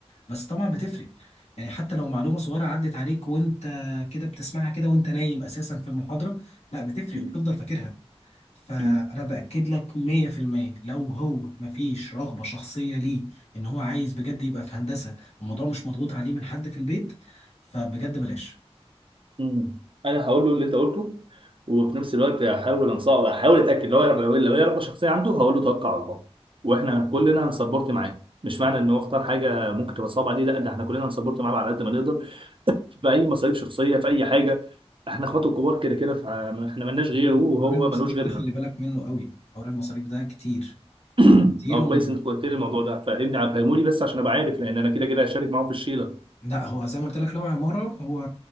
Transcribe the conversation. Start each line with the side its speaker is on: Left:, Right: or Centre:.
Left: بس طبعا بتفرق يعني حتى لو معلومه صغيره عدت عليك وانت كده بتسمعها كده وانت نايم اساسا في المحاضره لا بتفرق
Right: مم.
Left: وبتفضل فاكرها فانا
Right: مم.
Left: باكد لك 100% لو هو مفيش رغبه شخصيه ليه ان هو عايز بجد يبقى في هندسه والموضوع مش مضغوط عليه من حد في البيت فبجد بلاش
Right: مم. انا هقول له اللي انت قلته وفي نفس الوقت هحاول انصح هحاول اتاكد لو هي لو لو هي رغبه شخصيه عنده هقول له توكل على الله واحنا كلنا هنسبورت معاه مش معنى ان هو اختار حاجه ممكن تبقى صعبه عليه لا ده احنا كلنا هنسبورت معاه على قد ما نقدر في اي مصاريف شخصيه في اي حاجه احنا اخواته كبار كده كده فاحنا ملناش غيره
Left: حوار ال-
Right: وهو
Left: حوار المصاريف
Right: ملوش غيرنا
Left: ده خلي بالك منه قوي حوار المصاريف ده كتير
Right: <clears throat>
Left: كتير
Right: اه
Left: وم...
Right: كويس انك قلت لي الموضوع ده فاهمني فهمولي بس عشان ابقى عارف لان انا كده كده هشارك معاهم في الشيله
Left: لا هو زي ما قلت لك لو عماره هو